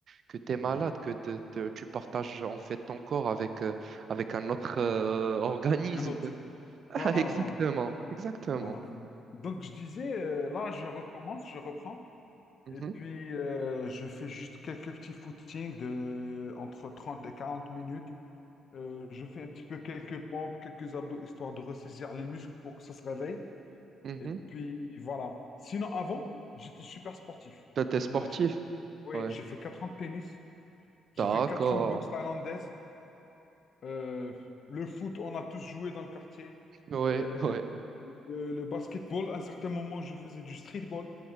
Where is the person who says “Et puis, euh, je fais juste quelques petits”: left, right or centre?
Left